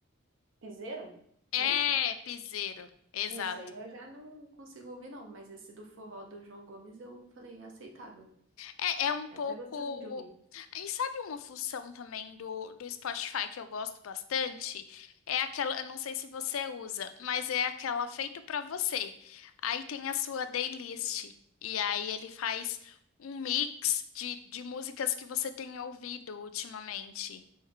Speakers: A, on the right; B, on the left.
A: piseiro?
B: É,
A: É isso?
B: piseiro, exato.
A: Isso, aí eu já não consigo ouvir, não, mas esse do forró do João Gomes eu falei é aceitável.
B: É, é um pouco.
A: É até gostosinho de ouvir.
B: E sabe uma função também do, do Spotify que eu gosto bastante? É aquela, eu não sei se você usa, mas é aquela feito pra você. Aí tem a sua playlist. E aí ele faz um mix de, de músicas que você tem ouvido ultimamente.